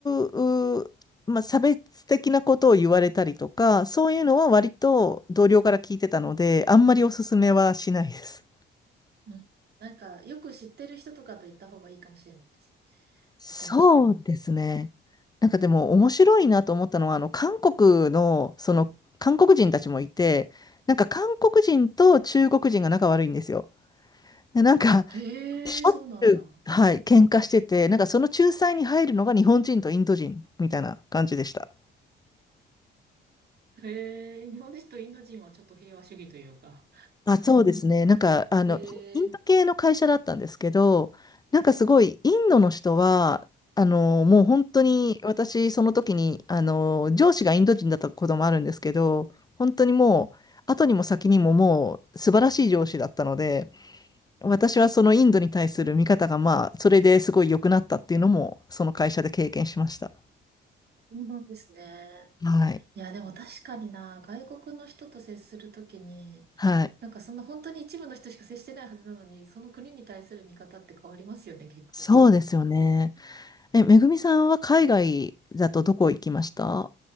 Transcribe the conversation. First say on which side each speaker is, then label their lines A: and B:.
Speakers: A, on the left; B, on the right.
A: う、うーまあ、差別的なことを言われたりとか、そういうのは割と同僚から聞いてたので、あんまりおすすめはしないです。
B: うん。なんか、よく知ってる人とかと行った方がいいかもしれないです。
A: そうですね。
B: 行くにしても。
A: なんかでも面白いなと思ったのは、あの、韓国の、その、韓国人たちもいて、なんか韓国人と中国人が仲悪いんですよ。でなんか、
B: えー、
A: しょっちゅう、
B: そうなんだ。
A: はい、喧嘩してて、なんかその仲裁に入るのが日本人とインド人みたいな感じでした。
B: えー、日本人とインド人はちょっと平和主義というか。
A: あ、そうですね。なんか、あの、
B: えー、
A: インインド系の会社だったんですけど、なんかすごい、インドの人は、あの、もう本当に、私、その時に、あの、上司がインド人だったこともあるんですけど、本当にもう、後にも先にももう、素晴らしい上司だったので、私はそのインドに対する見方が、まあ、それですごい良くなったっていうのも、その会社で経験しました。
B: そうなんですね。
A: はい。
B: いや、でも確かにな、外国の人と接するときに、
A: はい。
B: なんかそんな本当に一部の人しか接してないはずなのに、その国に対する見方って変わりますよね、結構。
A: そうですよね。え、めぐみさんは海外だとどこ行きました